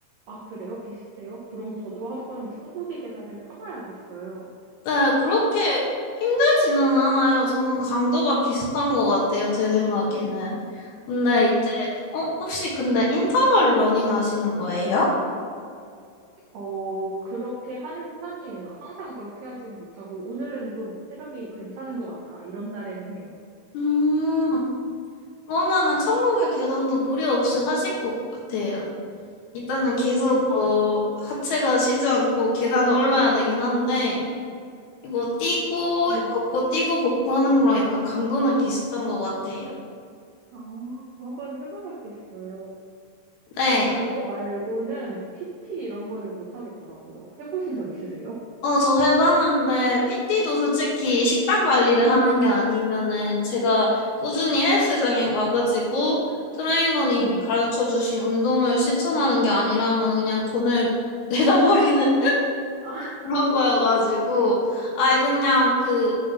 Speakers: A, on the right (about 75°); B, on the left (about 65°).
A: 아 그래요? 비슷해요? 그럼 저도 한번 천국의 계단을 타봐야겠어요.
B: 네, 그렇게 힘들지는 않아요. 저는 강도가 비슷한 것 같아요, 제 생각에는. 근데
A: 어,
B: 이제, 어, 혹시 근데 인터벌 러닝 하시는 거예요?
A: 어, 그렇게 하는 편이에요. 항상 그렇게 하진 못하고, 오늘은 좀 체력이 괜찮은 것 같다. 이런 날에는 해요.
B: 음, 그러면은 천국의 계단도 무리 없이 하실 것 같아요. 일단은 계속
A: 그럼,
B: 뭐 하체가 쉬지 않고 계단을 올라야 되긴 한데 이거 뛰고
A: 네.
B: 걷고 뛰고 걷고 하는 거랑 약간 강도는 비슷한 것 같아요.
A: 아, 그럼 한번 해봐야겠어요.
B: 네.
A: 근데 그거 말고는 PT 이런 거는 못 하겠더라고요. 해보신 적 있으세요?
B: 어, 저 해봤는데 PT도 솔직히 식단 관리를 하는 게 아니면은 제가 꾸준히 헬스장에 와가지고 트레이너님이
A: 네.
B: 가르쳐 주신 운동을 실천하는 게 아니라면 그냥 돈을 <laughs> 내다 버리는
A: 아,
B: 그런 거여가지고 아예 그냥 그